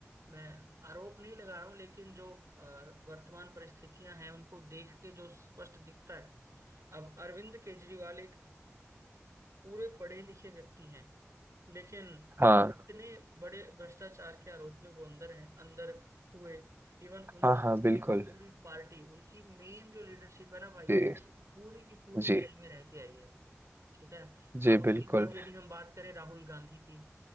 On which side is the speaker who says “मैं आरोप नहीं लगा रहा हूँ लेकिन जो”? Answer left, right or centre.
Right